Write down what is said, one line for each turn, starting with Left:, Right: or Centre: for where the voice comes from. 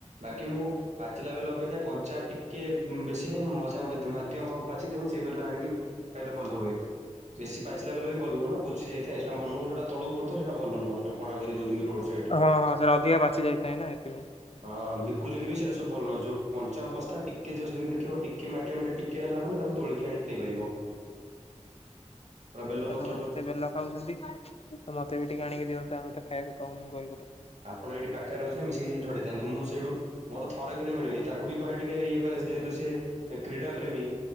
Right: ବାକି ମୁଁ ପାଚିଲା ବେଲ ଅପେକ୍ଷା କଞ୍ଚା ଟିକେ ବେଶି ନାଇଁ ମଝା ମଧ ମାଧ୍ୟମ ପାଚିଥିବ ସେଇ ବେଲ ଆଣିକି ଖାଇଲେ ଭଲ ହୁଏ ବେଶୀ ପାଚିଲା ବେଲ ବି ଭଲ ନୁହଁନା ପୋଚି ଯାଇଥାଏ ସେଟା ମନକୁ ଯୋଉଟା ତଳୁକୁ ପଡ଼ିଥିବ ସେଟା ଭଲ ନୁହଁ ଯୋଉ ପଣା କରି ଦଉଚନ୍ତି ରୋଡ଼ ସ
Left: ହଁ ହଁ ସେଟା ଅଧିକା ପାଚି ଯାଇଥାଏ ନା ଏଥିପାଇଁ।
Right: ହଁ ବିକୁଚନ୍ତି ବି ସେଇଟା ସବୁ ଭଲ ଯୋଉ ପଞ୍ଚା ଅବସ୍ଥା ଟିକେ ଜଷ୍ଟ ଯେମିତି ଦେଖିବ ଟି ମାଟିଆ ମାଟି ଟିକେ ହେଲା ମାନେ ତାକୁ ତୋଳିକି ଆଣିକି ଖାଇପାରିବ। ପୁରା ବେଲପତ
Left: ତାହେଲେ ଆପଣ ଏତେ ବେଲ ଖାଉଚନ୍ତି ତ ମତେ ବି ଟିକେ ଆଣିକି ଦିଅନ୍ତେ ଆମେ ତ ଖାଇବାକୁ ପାଉନୁ ଗରିବ ଲୋକ।
Right: ଆପଣ ଏଇଠି ପାଖରେ ରହୁଥିଲେ ମିଶିକି ଝଡ଼େଇଥାନ୍ତେ ମୁଁ ସେଇଠୁ ମୋର ଥର କିରେ ମିଳେନି ତାକୁ ବି କହେ ଟିକେ ଇଏ କରେ ଯେହେତୁ ସିଏ କ୍ରୀଡ଼ା ପ୍ରେମୀ।